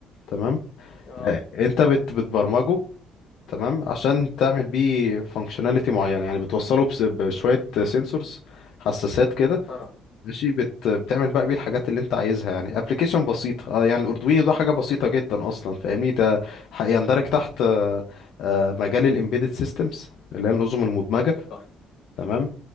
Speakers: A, on the left (about 70°); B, on the left (about 55°).
A: تمام
B: اه
A: آه، انت بت بتبرمجه تمام عشان
B: امم
A: تعمل بيه فانكشناليتي معينه يعني بتوصله بس- بشويه سنسورز حساسات كده
B: اه
A: ماشي بت بتعمل بقى بيه الحاجات اللي انت عايزها يعني ابلكيشن بسيطه اه يعني الاردوينو ده حاجه بسيطه جدا اصلا فاهمني ده ح- يندرج تحت آه، آه، مجال الامبيدد سيستمز اللي هي النظم المدمجه
B: اه
A: تمام